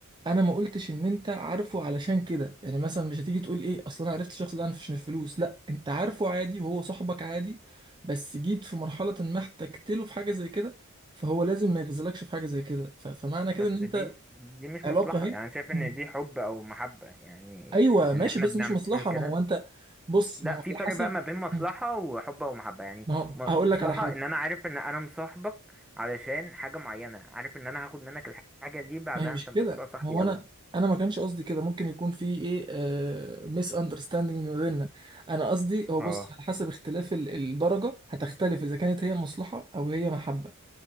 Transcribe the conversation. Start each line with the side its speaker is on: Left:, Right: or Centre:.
Right: انا ما قلتش ان انت عارفه علشان كده يعني مثلا مش هتيجي تقول ايه اصل انا عرفت الشخص ده عشان الفلوس لا انت عارفه عادي وهو صاحبك عادي بس جيت في مرحلة ما احتجت له في حاجة زي كده فهو لازم ما يغزلكش في حاجة زي كده ف- فمعنى
Centre: بس
Right: كده ان انت
Centre: دي دي مش
Right: علاقة
Centre: مصلحه
Right: اهي
Centre: يعني أنا شايف ان
Right: مم.
Centre: دي حب او محبه يعني
Right: ايوه
Centre: ان
Right: ماشي
Centre: احنا
Right: بس
Centre: بنعمل
Right: مش مصلحة
Centre: كده
Right: ما هو انت بص
Centre: لا
Right: ما هو على
Centre: في فرق
Right: حسب
Centre: بقى ما بين مصلحة
Right: مم.
Centre: وحب ومحبة يعني
Right: ما هو
Centre: مصلحة
Right: هقول لك على حاجة
Centre: ان انا عارف ان انا مصاحبك علشان حاجة معينة عارف ان انا هاخد منك الحاجة دي بعدها
Right: ما هي مش
Centre: انت مش
Right: كده
Centre: هتبقى صاحبي
Right: ما هو
Centre: قوي
Right: انا انا ما كانش قصدي كده ممكن يكون في ايه آه ميس اندرستاندينج ما بيننا انا قصدي هو
Centre: اه
Right: بص على حسب اختلاف ال- الدرجه هتختلف اذا كانت هي مصلحه او هي محبه